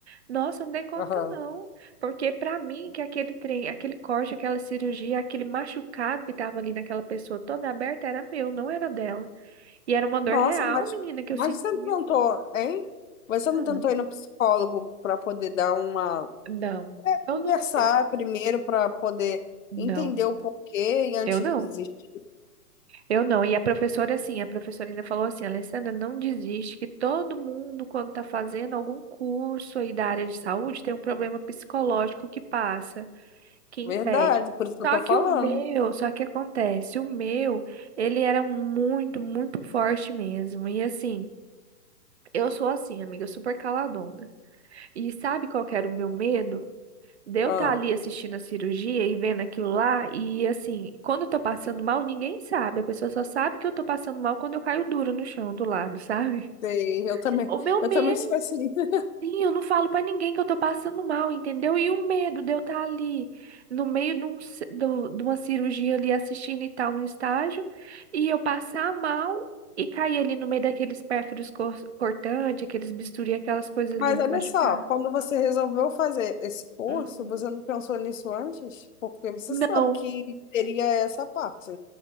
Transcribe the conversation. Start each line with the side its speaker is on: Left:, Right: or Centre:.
Right: Nossa, eu não dei conta
Left: <laughs> Aham.
Right: não, porque pra mim que aquele trem, aquele corte, aquela cirurgia, aquele machucado que tava ali naquela pessoa toda aberta era meu, não era dela. E era uma dor
Left: Nossa,
Right: real,
Left: mas,
Right: menina, que
Left: mas
Right: eu sentia.
Left: você não tentou, hein? Você não
Right: Ah,
Left: tentou ir no psicólogo para poder dar uma
Right: não, eu
Left: conversar
Right: não tentei.
Left: primeiro para poder
Right: Não,
Left: entender o porquê e antes
Right: eu não.
Left: de desistir.
Right: Eu não. E a professora, assim, a professora ainda falou assim, Alessandra, não desiste, que todo mundo, quando tá fazendo algum curso aí da área de saúde, tem um problema psicológico que passa, que impede.
Left: Verdade, por isso que eu
Right: Só
Left: tô
Right: que
Left: falando.
Right: o meu, só que acontece, o meu, ele era muito, muito forte mesmo. E assim, eu sou assim, amiga, super caladona. E sabe qual que era o meu medo? de eu
Left: Ah,
Right: estar ali assistindo a cirurgia e vendo aquilo lá, e assim, quando eu tô passando mal, ninguém sabe. A pessoa só sabe que eu tô passando mal quando eu caio duro no chão do lado, <laughs> sabe?
Left: sei, eu também,
Right: O meu
Left: eu
Right: medo,
Left: também sou assim. <laughs>
Right: sim, eu não falo pra ninguém que eu tô passando mal, entendeu? E o medo de eu estar ali no meio de, um, ci- do- de uma cirurgia ali assistindo e tal no estágio, e eu passar mal. E cair ali no meio daqueles pérfuros cor- cortantes, aqueles bisturi, aquelas coisas ali
Left: Mas
Right: me
Left: olha
Right: machucar.
Left: só, quando você resolveu fazer esse curso,
Right: Hum.
Left: você não pensou nisso antes? Porque você
Right: Não,
Left: sabe que teria essa parte.